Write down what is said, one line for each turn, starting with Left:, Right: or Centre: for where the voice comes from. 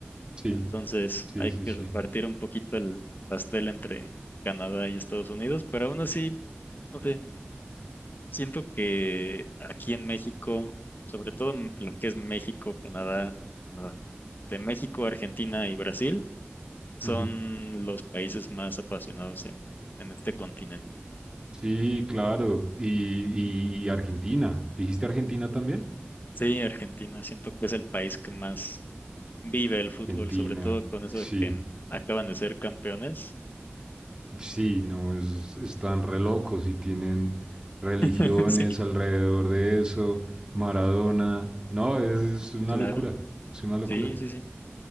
Right: Sí,
Left: Entonces
Right: sí,
Left: hay
Right: sí,
Left: que
Right: sí.
Left: repartir un poquito el pastel entre Canadá y Estados Unidos, pero aún así, no sé, siento que aquí en México, sobre todo m- lo que es México, Canadá, Canadá, de México, Argentina y Brasil, son
Right: Ujú.
Left: los países más apasionados en, en este continente.
Right: Sí, claro. Y, y- y Argentina. ¿Dijiste Argentina también?
Left: Sí, Argentina, siento que es el país que más vive el fútbol,
Right: Argentina,
Left: sobre todo con eso
Right: sí.
Left: de que acaban de ser campeones.
Right: Sí, no, es, están re locos y tienen religiones
Left: <laughs> Sí,
Right: alrededor de eso. Maradona. No, es es una
Left: claro.
Right: locura. Es una locura.
Left: Sí, sí, sí,